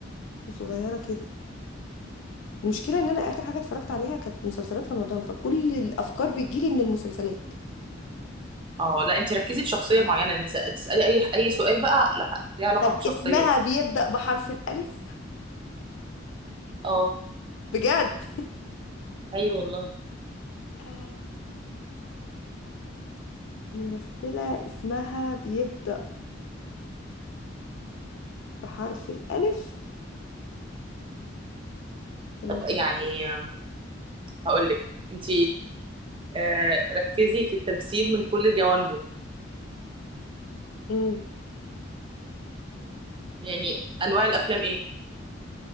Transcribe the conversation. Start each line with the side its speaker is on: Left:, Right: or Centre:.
Left: وصغيرة كده المشكلة إن أنا آخر حاجة اتفرجت عليها كانت مسلسلات رمضان فكل الأفكار بتجيلي من المسلسلات
Right: اه لا انت ركزي في شخصيه معينه انت تسالي اي اي سؤال بقى لح- ليه علاقه
Left: طب
Right: بشخصيه
Left: اسمها بيبدأ بحرف الألف
Right: اه
Left: بجد
Right: ايوه والله
Left: آه، ممثلة اسمها بيبدأ بحرف الألف كان
Right: طب
Left: كده
Right: يعني هقول لك انت آه ركزي في التمثيل من كل جوانبه
Left: مم.
Right: يعني انواع الافلام ايه